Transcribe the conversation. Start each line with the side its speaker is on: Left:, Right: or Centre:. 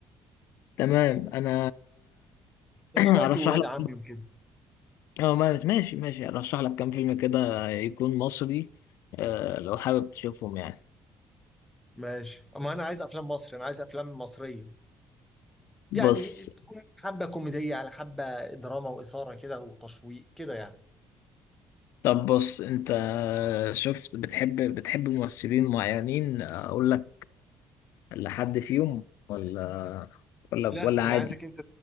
Left: تمام انا
Centre: مع
Left: <clears throat>
Centre: اخواتي
Left: ارشح
Centre: وولاد
Left: لك
Centre: عمي وكده
Left: اه ما- ماشي ماشي ارشح لك كام فيلم كده يكون مصري آه، لو حابب تشوفهم يعني
Centre: ماشي اما انا عايز افلام مصري انا عايز افلام مصريه
Left: بص
Centre: يعني تكون حبه كوميديه على حبه دراما واثاره كده وتشويق كده يعني
Left: طب بص انت شفت بتحب بتحب ممثلين معينين اقول لك لحد فيهم ولا ولا
Centre: لا
Left: ولا عادي
Centre: انا عايزك انت